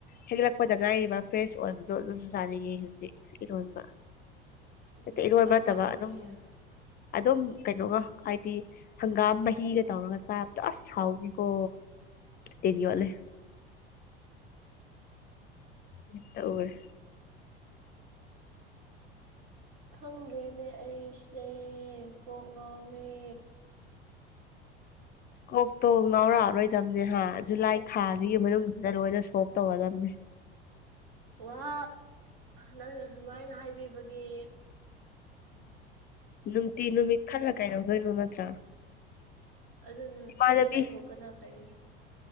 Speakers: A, on the left; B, on the right.
A: ꯍꯦꯛꯂꯛ ꯄꯗ ꯉꯥꯏꯔꯤꯕ ꯐ꯭ꯔꯦꯁ ꯑꯣꯏꯕꯗꯣ ꯑꯗꯨꯖꯨ
B: ꯐ꯭ꯔꯦꯁ
A: ꯆꯥꯅꯤꯡꯉꯤ ꯍꯧꯖꯤꯛ ꯏꯔꯣꯟꯕ
B: ꯑꯣꯏꯕꯗꯣ ꯑꯗꯨꯝ ꯆꯥꯅꯤꯡꯉꯤ ꯎꯝ
A: ꯅꯠꯇꯦ ꯏꯔꯣꯟꯕ
B: ꯑꯩꯈꯣꯏꯗ
A: ꯅꯠꯇꯕ ꯑꯗꯨꯝ
B: ꯂꯩꯌꯦ
A: ꯑꯗꯨꯝ ꯀꯩꯅꯣꯒ ꯍꯥꯏꯗꯤ ꯍꯪꯒꯥꯝ ꯃꯍꯤ ꯍꯤꯒ ꯇꯧꯔꯒ ꯆꯥꯕꯗꯣ ꯑꯁ ꯍꯥꯎꯅꯤꯀꯣ ꯇꯤꯟ ꯌꯣꯠꯂꯦ ꯃꯤꯠꯇ ꯎꯔꯦ
B: ꯈꯪꯗ꯭ꯔꯦꯅꯦ ꯑꯩꯁꯦ ꯀꯣꯛ ꯉꯥꯎꯔꯦ
A: ꯀꯣꯛꯇꯣ ꯉꯥꯎꯔꯛꯑꯔꯣꯏꯗꯝꯅꯦ ꯍꯥ ꯖꯨꯂꯥꯏ ꯊꯥꯁꯤꯒꯤ ꯃꯅꯨꯡꯁꯤꯗ ꯂꯣꯏꯅ ꯁꯣꯞ ꯇꯧꯔꯗꯝꯅꯦ
B: ꯋꯥ ꯅꯪꯅ ꯁꯨꯃꯥꯏꯅ ꯍꯥꯏꯕꯤꯕꯒꯤ
A: ꯅꯨꯡꯇꯤ ꯅꯨꯃꯤꯠ ꯈꯜꯂ ꯀꯩꯗꯧꯗꯣꯏꯅꯣ ꯅꯠꯇ꯭ꯔꯥ
B: ꯑꯗꯨꯅꯦ
A: ꯏꯃꯥꯟꯅꯕꯤ
B: ꯐ꯭ꯔꯤꯗ ꯂꯩꯊꯣꯛꯄꯅ ꯐꯩꯌꯦ